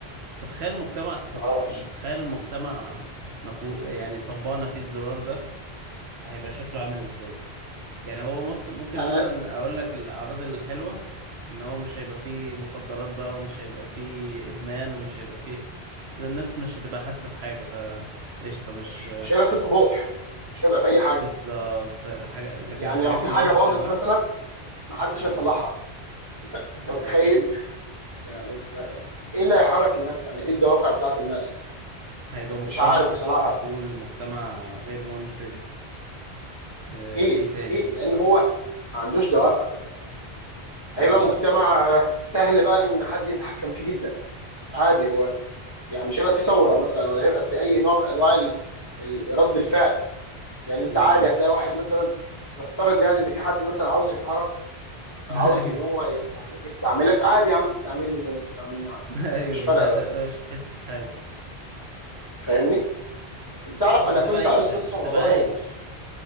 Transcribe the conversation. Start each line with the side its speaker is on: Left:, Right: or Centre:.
Right: فتخيل مجتمع تط-
Left: ما اعرفش
Right: تخيل مجتمع مفهو يعني طبقنا فيه الزرار ده هيبقى شكله عامل ازاي يعني هو مص... ممكن
Left: آه،
Right: مثلا اقول لك الاعراض الحلوة ان هو مش هيبقى فيه مخدرات بقى ومش هيبقى فيه ادمان ومش هيبقى فيه بس الناس مش هتبقى حاسة بحاجة ف قشطة مش
Left: بس مش هيبقى في طموح مش هيبقى في اي حاجه
Right: بالظبط الحاجة لكن
Left: يعني
Right: الحاجات
Left: لو في
Right: الوحشة
Left: حاجه باظت
Right: بقى
Left: مثلا محدش
Right: امم
Left: هيصلحها انت متخيل
Right: ايوه
Left: يعني ما- ايه اللي هيحرك الناس يعني ايه الدوافع بتاعت الناس
Right: هيبقى مجتمع
Left: مش عارف
Right: كس...
Left: بصراحه
Right: كسول مجتمع غير منتج اه...
Left: اكيد
Right: ايه تاني
Left: اكيد لان هو ما عندوش دوافع هيبقى
Right: امم
Left: مجتمع آه، سهل بقى ان حد يتحكم فيه جدا عادي هو يعني مش هيبقى في ثوره مثلا ولا هيبقى في اي نوع من انواع ال- ال- رد الفعل يعني انت
Right: امم
Left: عادي هتلاقي واحد مثلا نفترض يعني ان في حد مثلا عاوز يقهرك
Right: <laughs>
Left: او عاوز
Right: ايوه
Left: ان هو يستعمل يستعملك عادي يا عم استعملني زي ما استعملني عادي
Right: <laughs> ايوه
Left: مش فارقه
Right: مش هت...
Left: بقى
Right: مش هتحس بحاجه
Left: فاهمني انت تعرف
Right: مش
Left: انا
Right: هتبقى
Left: كنت
Right: عيشه
Left: قريت قصه
Right: مش
Left: والله
Right: هتبقى عايش